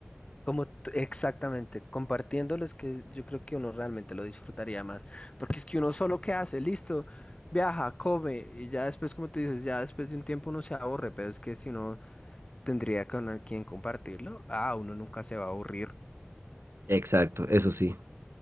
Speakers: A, on the left; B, on the right.
A: Como t- exactamente, compartiéndolo es que yo creo que uno realmente lo disfrutaría más, porque es que uno solo qué hace, listo, viaja, come y ya después, como tú dices, ya después de un tiempo uno se aburre, pero es que si uno tendría con al- quien compartirlo, ah, uno nunca se va a aburrir.
B: Exacto, eso sí,